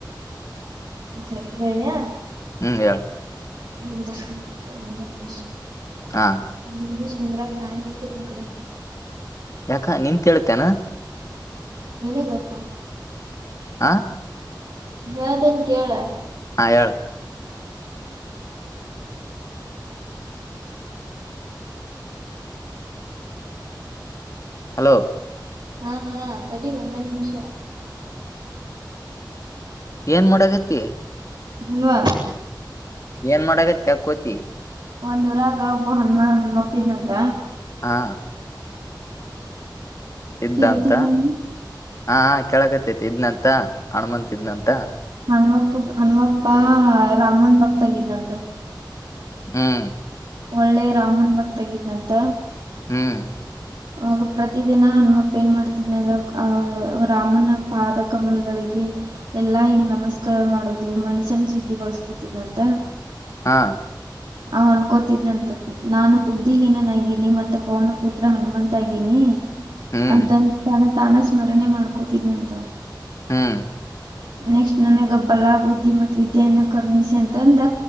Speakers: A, on the right (about 70°); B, on the left (about 40°).
A: ಸರಿ ಹೇಳನಯ
B: ಹ್ಮ್ ಹೇಳು
A: ನಿ ಒಂದು ನಿಮಿಷ
B: ಹಾ
A: ಒಂದು ನಿಮಿಷ ನಿಂದ್ರಾಗ ಟೈಮ್ ಐತೆ ನಿನ್ ಕಡೆ
B: ಯಾಕ ನಿಂತೇತೇನಾ
A: ನನ ಗೊಪ್ಪಾ
B: ಆ
A: ಯ್ದನ್ ಕೇಳೇಳ
B: ಹಾ ಏಳ ಹಲೋ
A: ಹಾ ಹಾ ಅ ತಡಿ ಒಂದ ನಿಮಿಷ
B: ಏನ್ ಮಾಡಕತ್ತ
A: ಹಲವಾ
B: ಏನ್ ಮಾಡಗತ್ತ ಕೋತಿ
A: ಒಂದು ರಾಗ ಒಬ್ಬ ಹಣಮ್ಮಪ್ಪಿದ್ನಂತ
B: ಹಾ ಇದ್ದಂತ
A: ಕೇಳ್ತಿದ್ದೇನೆ
B: ಹಾ ಕೇಳಕತತಿ ಇದ್ನಂತ ಹಣಮಂತ ಇದ್ನಂತ
A: ಹಣಮ್ಮಪ್ಪ ಹಣಮ್ಮಪ್ಪ ರಾಮನ್ ಭಕ್ತಗಿದ್ದಂತ
B: ಹ್ಮ್
A: ಒಳ್ಳೆ ರಾಮನ್ ಭಕ್ತಗಿದ್ನಂತ
B: ಹ್ಮ್
A: ಅವಾಗ ಪ್ರತ ದಿನ ಹನುಮಪ್ಪ ಏನ್ ಮಾಡ್ತಿದ್ ಅ ರಾಮನ ಪಾದ ಕಮಲ್ಗಳಿಗೆ ಎಲ್ಲಾ ಹಿಂಗ್ ನಮಸ್ಕಾರ ಮಾಡೋದು ಮನ್ಸನ್ ಸುದ್ದಿಗೊಳಸ್ಕೋತಿದ್ಂತ
B: ಹಾ
A: ಅವ್ ಅನ್ಕೋತಿದ್ನಂತ ನಾನು ಬುದ್ಧಿಹೀನನಗಿನಿ ಮತ್ತೆ ಪೌನ ಪುತ್ರ ಹನುಮಂತ ಆಗೀನಿ
B: ಹ್ಮ್
A: ಅಂತ ತಾನ ತಾನ ಸ್ಮರಣೆ ಮಾಡ್ಕೋತಿದನಂತ
B: ಹ್ಮ್
A: ನೆಕ್ಸ್ಟ್ ನನಗ ಬಲಾ ಬುದ್ಧಿ ಮತ್ತು ವಿದ್ಯೆಯನ್ನ ಕರ್ಣಿಸಿ ಅಂತಂದ